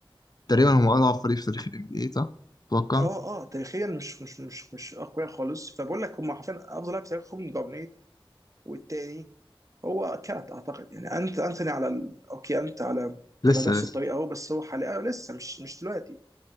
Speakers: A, on the left; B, on the right.
A: تقريبا هم اضعف فريق في تاريخ ال NBA صح؟ اتوقع
B: اه اه تاريخيا مش مش مش مش اقوياء خالص فبقول لك هم حرفيا افضل لاعب في تاريخهم جارنيت والتاني هو كات اعتقد يعني انت انتوني على ال... اوكي انت على
A: لسه
B: على نفس
A: لسه
B: الطريقه اهو بس هو حاليا لسه مش مش دلوقتي